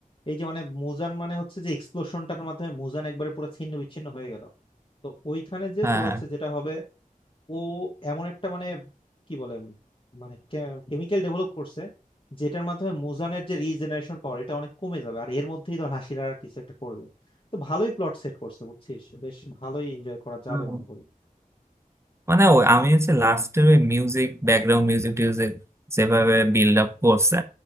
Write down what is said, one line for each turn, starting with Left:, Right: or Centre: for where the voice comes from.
Left: এই যে মানে মুজান মানে হচ্ছে যে এক্সপ্লোশনটার মাধ্যমে মুজান একবারে পুরো ছিন্ন বিচ্ছিন্ন হয়ে গেল তো ওইখানে যে
Right: হ্যাঁ
Left: তোর
Right: হ্যাঁ
Left: হচ্ছে যেটা হবে ও এমন একটা মানে কি বলে উম মানে কেমিক্যাল ডেভেলপ করছে যেটার মাধ্যমে মোজানের যে রিজেনারেশন পাওয়ার এটা অনেক কমে যাবে আর এর মধ্যেই ধর হাসিরা আর কিছু একটা করবে তো ভালোই প্লট সেট করছে বুঝছিস বেশ ভালোই এনজয় করা যাবে
Right: হুম।
Left: মনে করি
Right: মানে ওই- আমি হচ্ছে লাস্টের ওই মিউজিক ব্যাকগ্রাউন্ড মিউজিক টিউজিক যেভাবে বিল্ড আপ করছে